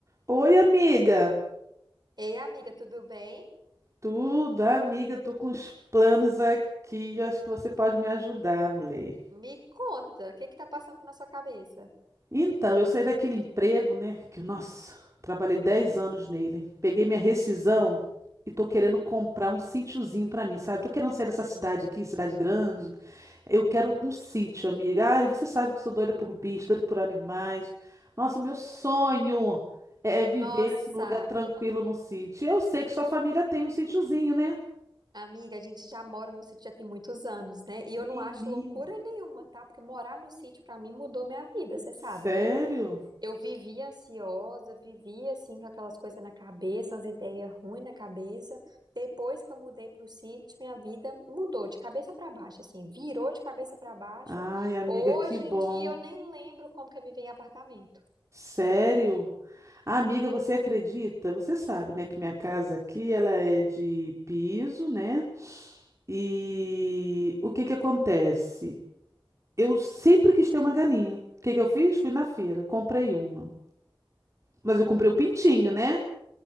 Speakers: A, on the right; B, on the right.
A: Oi, amiga.
B: Ei, amiga, tudo bem?
A: Tudo, amiga, tô com uns planos aqui. Eu acho que você pode me ajudar, mulher.
B: Me conta, o que que tá passando na sua cabeça?
A: Então, eu saí daquele emprego, né? Que, nossa, trabalhei 10 anos nele. Peguei minha rescisão e tô querendo comprar um sítiozinho pra mim, sabe? Eu Tô querendo sair dessa cidade aqui, cidade grande. Eu quero um sítio, amiga. Ai, você sabe que eu sou doida por bicho, doida por animais. Nossa, meu sonho é viver
B: Nossa,
A: assim, num lugar tranquilo, num sítio. Eu sei que sua família tem um sítiozinho, né?
B: amiga, a gente já mora no sítio já tem muitos anos, né? E eu
A: Menina.
B: não acho loucura nenhuma, tá? Porque morar no sítio pra mim mudou minha vida, você sabe,
A: Sério?
B: né? Eu vivia ansiosa, vivia assim com aquelas coisas na cabeça, as ideias ruins na cabeça. Depois que eu mudei pro sítio, minha vida mudou de cabeça pra baixo, assim, virou de cabeça pra baixo.
A: Ai, amiga,
B: Hoje
A: que bom.
B: em dia eu nem lembro como que eu vivi em apartamento.
A: Sério? Ah, amiga, você acredita? Você sabe, né, que minha casa aqui, ela é de piso, né? E o que que acontece? Eu sempre quis ter uma galinha. O que que eu fiz? Fui na feira, comprei uma. Mas eu comprei o pintinho, né?